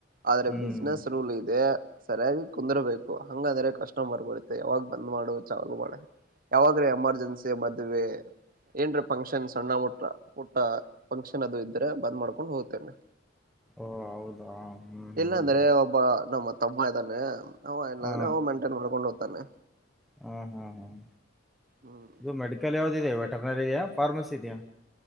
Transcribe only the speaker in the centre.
ಹ್ಮ್
ಓ ಹೌದಾ ಹ್ಮ್ ಹ್ಮ್
ಹ್ಮ್
ಹ
ಹ್ಮ್ ಹ್ಮ್ ಹ್ಮ್
ಇದು ಮೆಡಿಕಲ್ ಯಾವ್ ದಿದೆ ವೆಟರ್ನರಿಯಾ ಫಾರ್ಮಸಿ ಇದ್ಯ?